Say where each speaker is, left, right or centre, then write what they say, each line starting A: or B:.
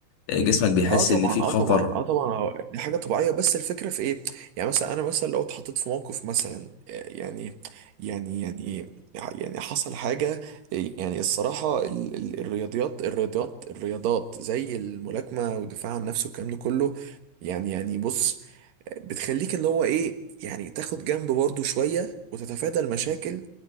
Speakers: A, on the left; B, on the right.
A: جسمك بيحس
B: اه طبعا
A: ان في
B: اه
A: خطر
B: طبعا اه طبعا آه دي حاجه طبيعيه بس الفكره في ايه يعني مثلا انا مثلا لو اتحطيت في موقف مثلا آه، يعني يعني يعني يعني حصل حاجه آه، يعني الصراحه ال ال الرياضيات الرياضيات الرياضات زي الملاكمه والدفاع عن نفسه والكلام ده كله يعني يعني بص آه، بتخليك اللي هو ايه يعني تاخد جنب برضه شويه وتتفادى المشاكل